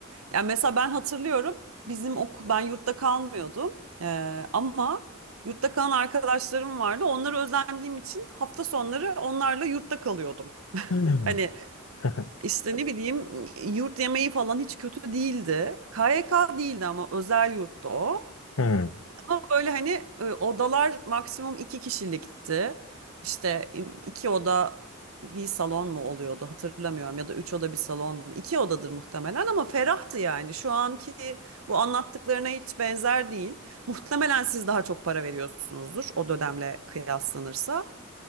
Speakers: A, on the right; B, on the left.
A: yani mesela ben hatırlıyorum bizim okul ben yurtta kalmıyordum Ee, ama yurtta kalan arkadaşlarım vardı. Onlara özendiğim için hafta sonları onlarla yurtta kalıyordum.
B: Hmm.
A: Hani
B: <laughs>
A: işte ne bileyim yurt yemeği falan hiç kötü değildi. KYK değildi ama özel yurtta o.
B: Hmm.
A: Ama böyle hani e, odalar maksimum iki kişilikti. İşte im- iki oda bir salon mu oluyordu hatırlamıyorum ya da üç oda bir salon mu? İki odadır muhtemelen ama ferahtı yani. Şu anki bu anlattıklarına hiç benzer değil. Muhtemelen siz daha çok para veriyorsunuzdur o dönemle kıyaslanırsa.